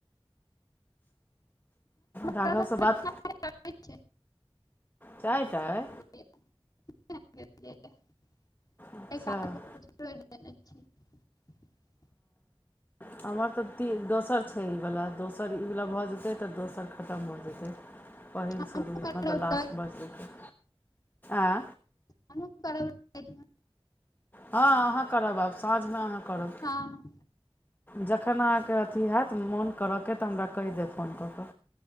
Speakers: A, on the left (about 20°); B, on the left (about 40°).
A: राघवसँ
B: हमरा
A: बात, चारि टा ऐ
B: <inaudible>
A: अच्छा
B: छै
A: हमर तऽ ती दोसर छै ईवला दोसर ई वला भऽ जेतै तऽ दोसर खतम भऽ जैतै पहिल
B: हमहु
A: शुरू में
B: करब
A: मतलब लास्ट
B: राति,
A: भऽ जेतै आँ
B: हमहु बारह बजे
A: हँ अहाँ करब आब साँझमे अहाँ करब
B: हां
A: जखन अहाँके अथी हयत मोन करऽके तऽ हमरा कहि देब फोन कऽ कऽ